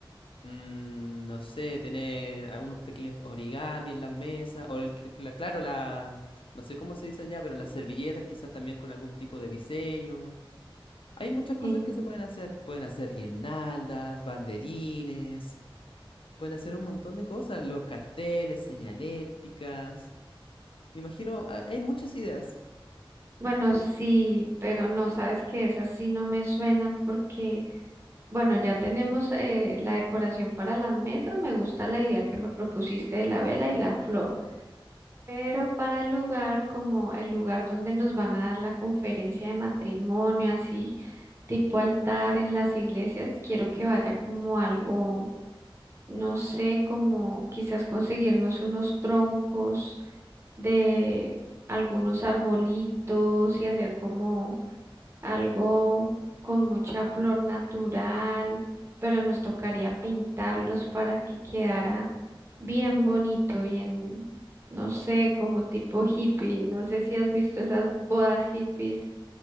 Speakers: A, on the left; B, on the right.
A: mm, no sé, tener algunos pequeños origami en las mesas, o el, cl- la- claro, la, no sé cómo se dice allá, pero las servilletas quizás también con algún tipo de diseño. Hay muchas cosas
B: Sí.
A: que se pueden hacer. Pueden hacer guirnaldas, banderines, pueden hacer un montón de cosas, los carteles, señaléticas. Me imagino, hay hay muchas ideas.
B: Bueno, sí, pero no, sabes que esas sí no me suenan porque Bueno, ya tenemos eh, la decoración para las mesas. Me gusta la idea que me propusiste de la vela y la flor. Pero para el lugar, como el lugar donde nos van a dar la conferencia de matrimonio, así tipo altar en las iglesias, quiero que vaya como algo, no sé, como quizás conseguirnos unos troncos de algunos arbolitos y hacer como algo con mucha flor natural, pero nos tocaría pintarlos para que quedara bien bonito, bien, no sé, como tipo hippie. No sé si has visto esas bodas hippies,